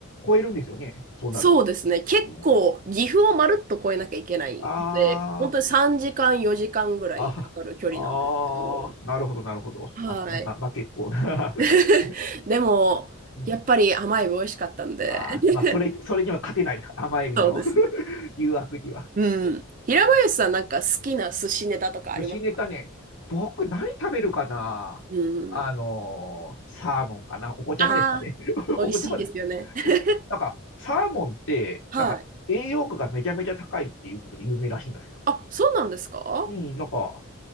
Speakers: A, on the left; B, on the right.
A: 越えるんですよね。そうなると。
B: そうですね。結構、
A: うん
B: 岐阜をまるっと越えなきゃいけないので、
A: あ
B: 本当に3時間、4時間ぐらいかかる距離なんですけど。
A: あ、あ、ああ、なるほど、なるほど。
B: はい。
A: あ、なま、まあ、結構な。
B: <laughs>
A: <laughs>
B: でも、
A: うん
B: やっぱり甘い美味しかったんで。
A: あーまあ、
B: <laughs>
A: それ、それには勝てないですか。甘エビの
B: そうですね
A: <laughs> 誘惑には。
B: うん。平林さん、なんか好きな寿司ネタとかありますか
A: 寿司ネタね、僕何食べるかなあのーサーモンかなお子ちゃまですかね
B: うん。ああ、
A: <laughs> お子ちゃまです。
B: 美味しいですよね。<laughs>
A: なんか、サーモンって、
B: はい。
A: なんか、栄養価がめちゃめちゃ高いっていうことで有名らしいんですよ。
B: あ、そうなんですか
A: うん、なんか、